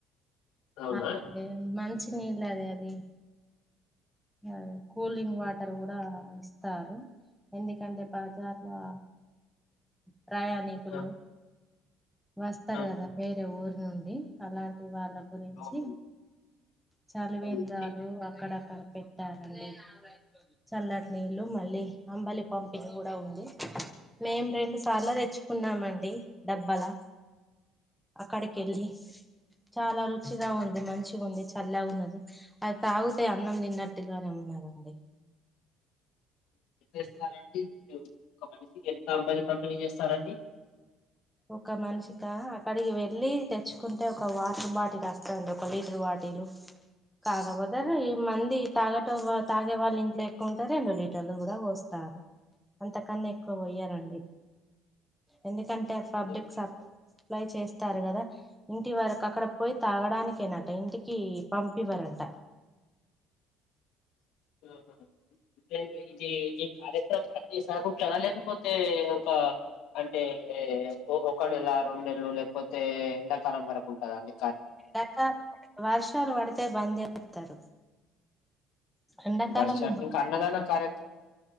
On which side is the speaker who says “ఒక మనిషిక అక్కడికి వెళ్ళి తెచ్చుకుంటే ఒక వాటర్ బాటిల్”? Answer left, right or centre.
Centre